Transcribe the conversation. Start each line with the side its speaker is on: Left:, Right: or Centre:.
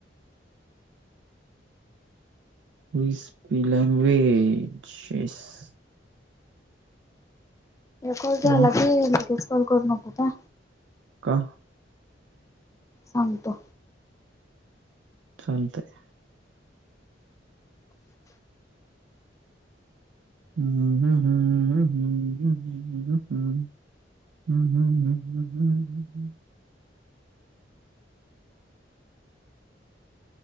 Right: हुंएसपी लँंगवेज जेस्
Left: कॉल झाला
Right: मग
Left: की लगेच कॉल करू नको का?
Right: का?
Left: सांगतो..
Right: चालतयृ. हम्म हम, हम हमम, हम् ह हम.... हम्म हम्म हम्म हम्म हम्म हम्म हम्म